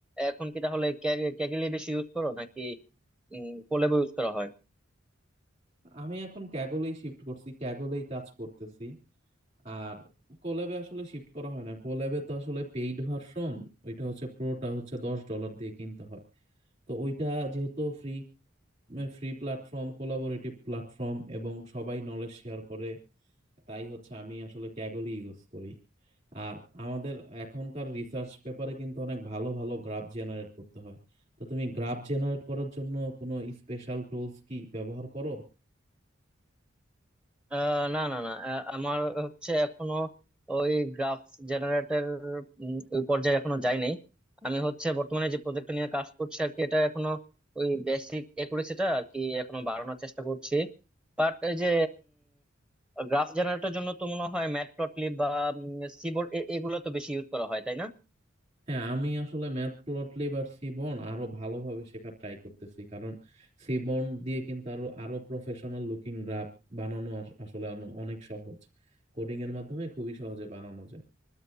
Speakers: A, in the centre; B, on the right.
A: এখন কি তাহলে ক্যাগেলি বেশি ইউজ করো নাকি কোল্যাবও ইউজ করা হয়
B: আমি এখন ক্যাগলেই শিফট করছি ক্যাগলেই কাজ করতেছি আর কোল্যাবে আসলে শিফট করা হয় না কোল্যাবে তো আসলে পেইড ভার্সন ওইটা হচ্ছে প্রোটা হচ্ছে দশ ডলার দিয়ে কিনতে হয় তো ওইটা যেহেতু free free platform collaborative platform এবং সবাই নলেজ শেয়ার করে তাই হচ্ছে আমি আসলে ক্যাগলই ইউজ করি আর আমাদের এখনকার রিসার্চ পেপারে কিন্তু অনেক ভালো ভালো গ্রাফ জেনারেট করতে হয় তো তুমি গ্রাফ জেনারেট করার জন্য কোনো স্পেশাল টুলস কি ব্যবহার করো
A: আহ, না না না আহ, আমার হচ্ছে এখনো ওই গ্রাফ জেনারেটর ওই পর্যায়ে এখনো যাই নাই আমি হচ্ছে বর্তমানে যে প্রজেক্ট নিয়ে কাজ করছি আর কি এটা এখনো ওই বেসিক একুরেসিটা আর কি এখনো বাড়ানোর চেষ্টা করছি বাট এই যে গ্রাফ জেনারেটর জন্য তো মনে হয় ম্যাটপ্লটলিব বা সিবোর্ড এগুলো তো বেশি ইউজ করা হয় তাই না
B: হ্যাঁ আমি আসলে ম্যাথ প্লটলিব আর সিবন আরো ভালোভাবে শেখার ট্রাই করতেছি কারণ সিবন দিয়ে কিন্তু আরো আরো প্রফেশনাল লুকিং গ্রাফ বানানো আস- আসলে অন- অনেক সহজ কোডিং এর মাধ্যমে খুবই সহজে বানানো যায়